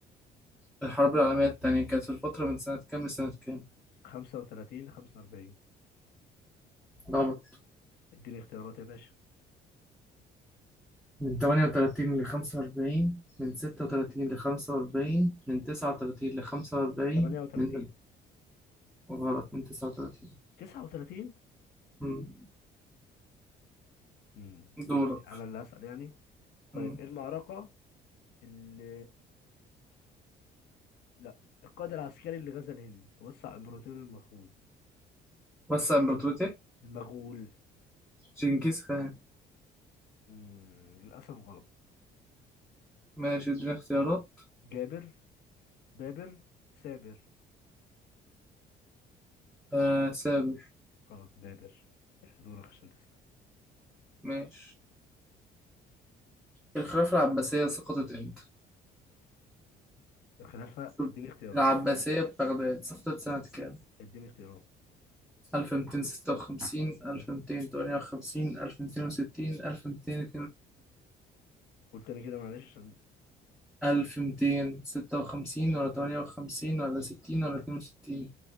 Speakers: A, in the centre; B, on the left.
A: الحرب العالمية التانية كانت في الفترة من سنة كام لسنة كام؟
B: 35 ل 45
A: غلط
B: اديني اختيارات يا باشا
A: من 38 ل 45 من 36 ل 45 من 39 ل 45
B: 38
A: من غلط من 39
B: 39
A: مم.
B: امم ماشي
A: دورك
B: أنا اللي هسأل يعني طيب
A: مم.
B: إيه المعركة اللي لا القائد العسكري اللي غزا الهند ووسع امبراطوره المغول
A: وسع إمبراطوريته
B: المغول
A: جنكيز خان
B: مم. للاسف غلط
A: ماشي اديني اختيارات
B: جابر بابر سابر
A: آه سابر
B: غلط بابر دورك عشان تسأل
A: ماشي الخلافة العباسية سقطت امتى؟
B: الخلافة
A: شوف،
B: اديني اختيارات
A: العباسية ببغداد سقطت سنة كام؟
B: اديني اختيارات
A: 1256 1258 1260 1262
B: قلت انا كده معلش عشان
A: 1256 ولا 58 ولا 60 ولا 62